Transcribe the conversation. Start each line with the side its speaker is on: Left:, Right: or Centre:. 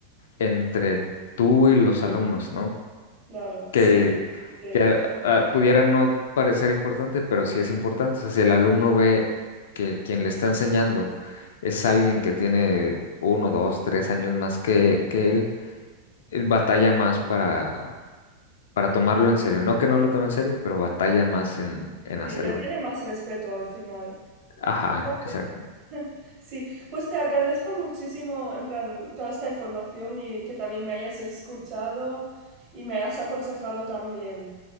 Left: entre tú y los alumnos, ¿no?
Right: Claro,
Left: que,
Right: sí, sí,
Left: que, ah, pudiera no parecer importante, pero sí es importante. O sea, si el alumno ve que quien le está enseñando es alguien que tiene uno, dos, tres años más que, que él, él batalla más para, para tomarlo en serio. No que no lo tome en serio, pero batalla más en, en
Right: sí,
Left: hacerlo,
Right: le tiene
Left: ¿no?
Right: más respeto al final.
Left: Ajá,
Right: Vale.
Left: exacto.
Right: <laughs> Sí, pues te agradezco muchísimo, en plan, toda esta información y que también me hayas escuchado y me hayas aconsejado también.